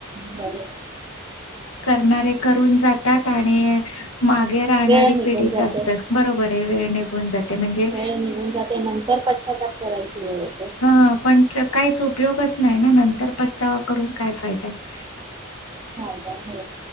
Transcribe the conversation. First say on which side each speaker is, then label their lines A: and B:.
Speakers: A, on the right; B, on the left.
A: बरोबर.
B: करणारे करून जातात. आणि मागे राहणारी
A: वेळ निघून
B: पिढी
A: जाते.
B: जास्त बरोबर आहे वेळ निघून जाते. म्हणजे
A: वेळ निघून जाते नंतर पश्चाताप करायची वेळ येते.
B: हा पण काहीच उपयोगच नाही ना. नंतर पछतावा करून काय फायदा आहे.
A: फायदा हो